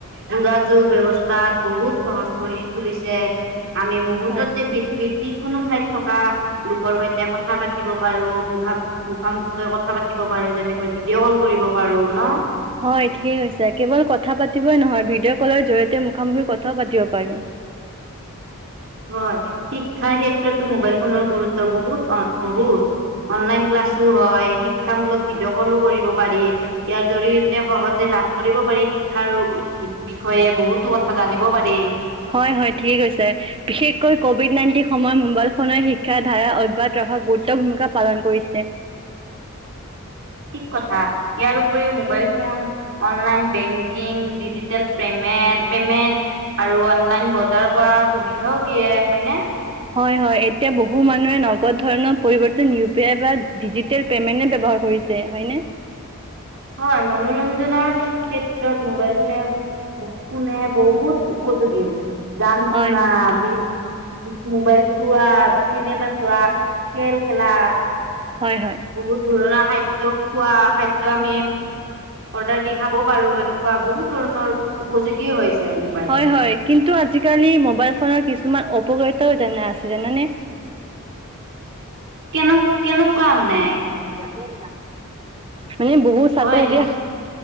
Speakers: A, on the right (about 60°); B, on the right (about 25°).
A: যোগাযোগ ব্যৱস্থাত বহুত সহজ কৰি তুলিছে। আমি মুহুৰ্ত্ততে
B: হয়
A: প‌ৃথিবীৰ যি। কোনো ঠাইত থকা লোকৰ সৈতে কথা পাতিব পাৰো মুখা মুখামুখিকৈ কথা পাতিব পাৰো যেনেকৈ ভিডিঅ' কল কৰিব পাৰো ন
B: হয় ঠিকেই কৈছো কেৱল কথা পাতিবই নহয় ভিডিঅ' কলৰ জৰিয়তে মুখামুখি কথাও পাতিব পাৰো
A: হয়, শিক্ষাৰ ক্ষেত্ৰতো মোবাইল ফোনৰ গুৰুত্ব বহুত বহুত অনলাইন ক্লাছো হয়, শিক্ষামূলক ভিডিঅ' কলো কৰিব পাৰি। ইয়াৰ জৰিয়তে সহজে লাভ কৰিব পাৰি শিক্ষাৰ বিষয়ে বহুতো কথা জানিব পাৰি
B: হয় হয় ঠিকেই কৈছে বিশেষকৈ কভিড নাইণ্টিন সময়ত মোবাইল ফোনেৰে শিক্ষাৰ ধাৰা অব্যাহত ৰখা গুৰুত্ব ভূমিকা পালন কৰিছে।
A: ঠিক কথা ইয়াৰ উপৰিও mobile phone, online banking, digital payment payment আৰু অনলাইন বজাৰ কৰাৰ সুবিধাও দিয়ে হয়নে?
B: হয় হয় এতিয়া বহু মানুহে নগদ ধৰণৰ পৰিৱৰ্তন ইউ পি আই বা ডিজিটেল পেমেন্টে বৱহাৰ কৰিছে হয়নে?
A: হয় মনোৰঞ্জনৰ ক্ষেত্ৰত মোবাইল ফোনে ব ফোনে বহুত উপযোগী যানতোনা
B: হয়
A: বি মোবাইল চোৱা চিনেমা চোৱা খেল খেলা
B: হয় হয়
A: বহুত ধুৰণা। খাদ্য খোৱা খাদ্য আমি অৰ্ডাৰ দি খাব পাৰো এনেকুৱা বহুত ধৰণৰ উপযোগী হৈছে। মোবাইল।
B: হয় হয় কিন্তু আজালি মবাইল ফোনত কিছুমান অপ উপকাৰিতাও আছে জানা নে
A: কেনেক কেনেকুৱা মানে।
B: কৰি নাকি। মানে বহুত সাত
A: হয়
B: হজীয়া।
A: নিশ্চ